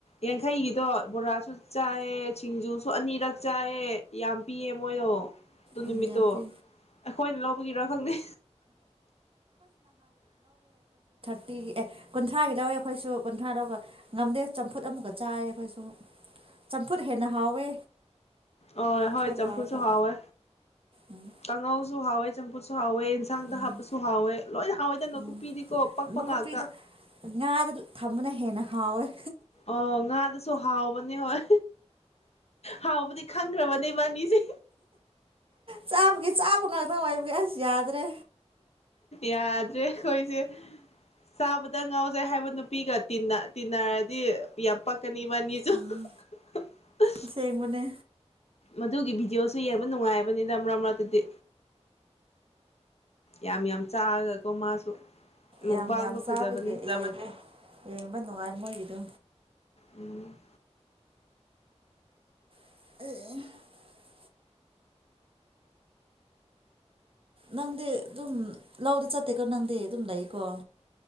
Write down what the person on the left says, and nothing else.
ꯌꯥꯡꯈꯩꯒꯤꯗꯣ ꯕꯣꯔꯥꯁꯨ ꯆꯥꯏ ꯁꯤꯡꯖꯨꯁꯨ ꯑꯅꯤꯔꯛ ꯆꯥꯏꯑꯦ ꯌꯥꯝ ꯄꯤꯌꯦ ꯃꯣꯏꯗꯣ ꯑꯗꯨ
ꯅꯨꯃꯤꯠꯇꯣ
ꯑꯩꯈꯣꯏꯅ ꯂꯧ ꯄꯨꯒꯤꯔ ꯈꯪꯗꯦ
ꯑ ꯍꯣꯏ
ꯆꯝꯐꯨꯠꯁꯨ
ꯍꯥꯎꯋꯦ
ꯀꯥꯡꯉꯧꯁꯨ ꯍꯥꯎꯋꯦ ꯆꯝꯐꯨꯠꯁꯨ ꯍꯥꯎꯋꯦ ꯏꯟꯁꯥꯡꯗ
ꯍꯥꯞꯄꯁꯨ ꯍꯥꯎꯋꯦ ꯂꯣꯏꯅ ꯍꯥꯎꯋꯦꯗꯅꯣ ꯅꯀꯨꯞꯄꯤꯗꯤꯀꯣ
ꯄꯛꯄ
ꯉꯥꯛꯇ
ꯑꯣ ꯉꯥꯗꯨꯁꯨ ꯍꯥꯎꯕꯅꯤ ꯍꯣꯏ ꯍꯥꯎꯕꯨꯗꯤ ꯈꯪꯈ꯭ꯔꯕ ꯅꯣꯏꯕꯅꯤꯖꯦ
ꯌꯥꯗ꯭ꯔꯦ ꯑꯩꯈꯣꯏꯖꯦ ꯆꯥꯕꯗ ꯉꯥꯎꯖꯩ ꯍꯥꯏꯕ ꯅꯨꯄꯤꯒ ꯇꯤꯟꯅ ꯇꯤꯟꯅꯔꯗꯤ ꯌꯥꯝ ꯄꯛ ꯀꯅꯤꯕꯥꯅꯤꯖꯨ
ꯍꯥ ꯍꯥ
ꯃꯗꯨꯒꯤ ꯚꯤꯗꯤꯑꯣ ꯖꯨ ꯌꯦꯡꯕ ꯅꯨꯡꯉꯥꯏꯕꯅꯤꯗ ꯃꯔꯛ ꯃꯔꯛꯇꯗꯤ ꯌꯥꯝ ꯌꯥꯝ ꯆꯥꯔꯒꯀꯣ ꯃꯥꯁꯨ ꯃꯨꯛꯕꯥꯡꯗꯣ
ꯐꯖꯕꯅꯦ
ꯎꯝ